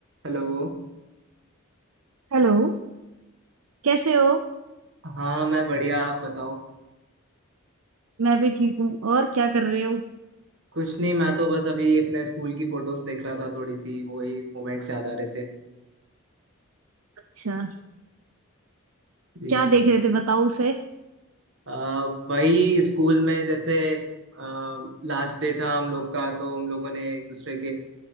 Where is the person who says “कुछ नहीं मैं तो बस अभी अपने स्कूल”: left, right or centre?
Right